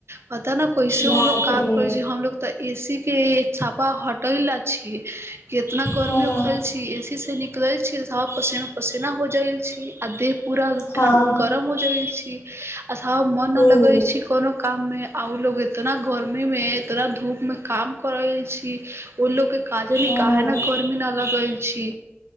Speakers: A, on the right; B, on the left.
A: पता न कैसे ओ
B: बाप
A: लोग काम
B: रे
A: करे छै हमलोग तऽ एसी के छापा होटल ला छी कितना गर्मी
B: हँ
A: उखल छी एसी से निकलल छी साफ पसीना पसीना हो जाइल छी आ देह पूरा
B: हँ
A: ठण्ड गरम हो जाइ छी अछा मन
B: हूँ
A: न लगे छै कोनो काम में आ लोग एतना गर्मी में इतना धूप मे काम कर रहल छी ओ लोग के का जाने
B: हँ
A: काहे ने काहे ने गर्मी न लगल छी